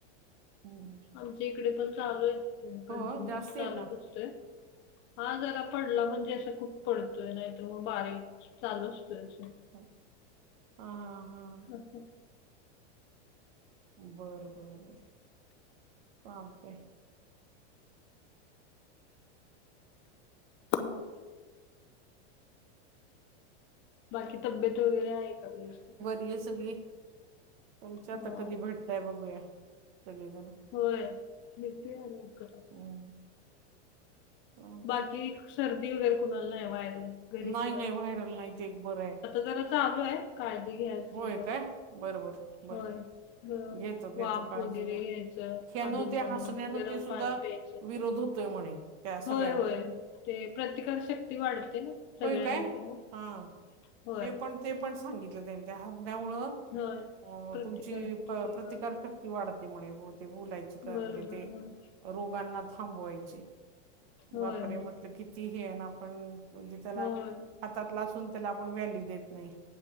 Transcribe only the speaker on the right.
हम्म.
हो जास्ती
आहे का
हा हा हा हा
बरं बरं बर चालतय
ये सगळी तुमच्या
आता कधी भेटताय बघूया सगळीजण.
हम्म चालतंय
नाही
नाही व्हायरल नाही ते एक बरं आहे
होय
काय बरं बरं बरं
घेतो घेतो
काळजी
घेतो
ह्यानं
ते हसण्यानं
ते सुद्धा
विरोध होतोय म्हणे. त्या सगळ्या
होय काय
हा
ते पण ते पण सांगितलं त्यानी त्या हरण्यामुळं.
अ
तुमची
प प्रतिकार
शक् क्ती वाढते म्हणे ते बोलायची का
म्हणजे ते
रोगांना थांबवायची.
बापरे
म्हटलं किती हे आहे ना आपण म्हणजे त्याला
हातातल असून त्याला आपण व्हॅल्यू देत नाही.